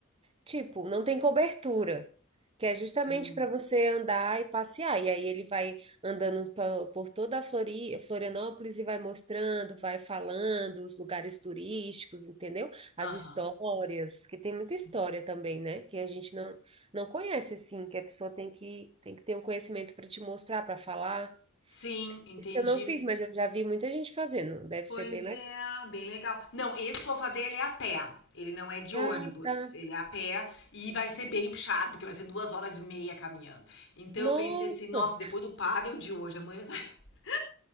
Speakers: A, on the right (about 25°); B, on the left (about 60°).
A: Tipo, não tem cobertura, que é justamente
B: sim,
A: para você andar e passear. E aí ele vai andando pa- por toda a Flori- Florianópolis e vai mostrando, vai falando os lugares turísticos, entendeu? As
B: aham,
A: histórias, que tem
B: sim,
A: muita história também, né? Que a gente não, não conhece assim, que a pessoa tem que, tem que ter um conhecimento para te mostrar, para falar.
B: sim, entendi.
A: Esse eu não fiz, mas eu já vi muita gente fazendo. Deve
B: Pois
A: ser bem legal.
B: é, bem legal. Não, esse que eu vou fazer, ele é a pé, ele não é de
A: Ah,
B: ônibus,
A: tá.
B: ele é a pé e vai ser bem puxado, porque vai ser duas horas e meia caminhando. Então
A: Nossa!
B: eu pensei assim, nossa, depois do pádel de hoje, amanhã, <laughs>